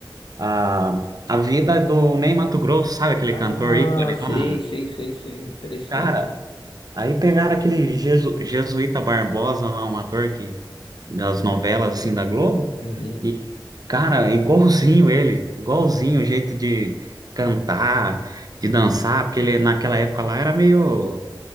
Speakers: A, on the right (about 50°); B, on the left (about 75°).
A: a, a vida do Ney Matogrosso, sabe aquele
B: Ah,
A: cantor ícone
B: sei,
A: lá?
B: sei, sei, sei. Interessante.
A: Cara, aí pegaram aquele Jesu- Jesuíta Barbosa lá, um ator que, das novelas assim da Globo,
B: Uhum.
A: e Cara, é igualzinho ele, igualzinho o jeito de cantar, de dançar, porque ele naquela época lá era meio.